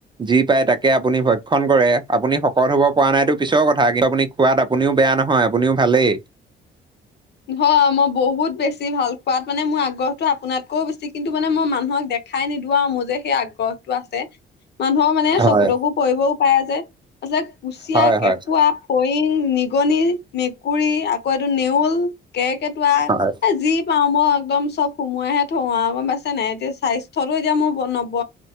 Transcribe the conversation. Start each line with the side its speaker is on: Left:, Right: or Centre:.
Right: যি পাই তাকে আপুনি ভক্ষণ কৰে। আপুনি শকত হ'ব পৰা নাই এইটো পিছৰ কথা কিন্তু আপুনি খোৱা আপুনিও বেয়া নহয় আপুনিও ভালেই।
Left: হয় মই বহুত বেছি ভাল খোৱাত। মানে মোৰ আগত আপোনাতকৈও বেছি কিন্তু মানে মই মানুহক দেখাই নিদিওঁ আ মোৰ যে সেই আগ্ৰহটো আছে। মানুহৰ মানে
Right: হয়
Left: চকু তকু পৰিবও পাৰে যে, আচলতে কুঁচিয়া,
Right: হয় হয়
Left: কেঁকুৱা ফৰিং, নিগনি, মেকুৰী আকৌ এইটো নেউল। কেৰ্কেটুৱা
Right: হয়
Left: এ যি পাওঁ মই একদম চব সোমোৱাই হে থওঁ আ গম পাইছে নাই? এতিয়া স্বাস্থ্যটো এতিয়া মোৰ নব